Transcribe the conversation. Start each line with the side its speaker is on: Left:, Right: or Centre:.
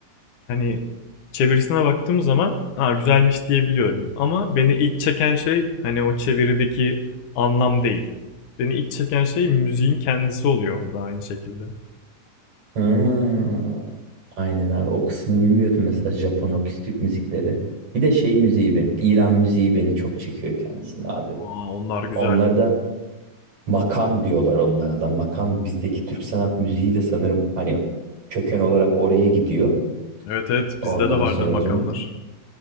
Left: Hani çevirisine baktığım zaman ha güzelmiş diyebiliyorum. Ama beni ilk çeken şey hani o çevirideki anlam değil. Beni ilk çeken şey müziğin kendisi oluyor orada aynı şekilde.
Right: Hı. Aynen abi o kısmını bilmiyordum mesela Japon akustik müzikleri. Bir de şey müziği benim, İran müziği beni çok çekiyor kendisini abi.
Left: Aa onlar güzel.
Right: Onları da makam diyorlar onlara da makam bizdeki Türk sanat müziği de sanırım hani köken olarak oraya gidiyor.
Left: Evet evet
Right: Ondan
Left: bizde de vardır
Right: sonracığım.
Left: makamlar.